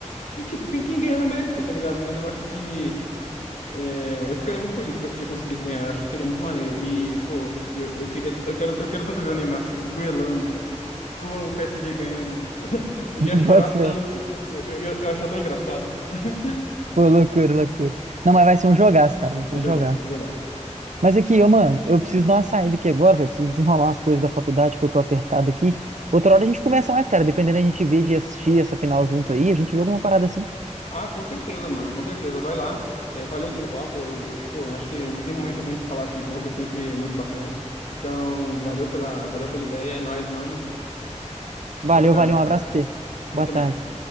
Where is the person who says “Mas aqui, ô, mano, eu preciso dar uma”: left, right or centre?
Right